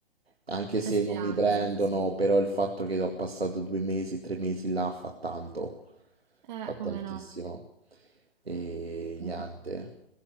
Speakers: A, on the right; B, on the right.
A: anche
B: C'è
A: se
B: speranza,
A: non mi prendono,
B: sì.
A: però il fatto che ho passato due mesi, tre mesi là fa tanto,
B: Eh,
A: fa tantissimo.
B: come no?
A: E
B: Sì.
A: niente.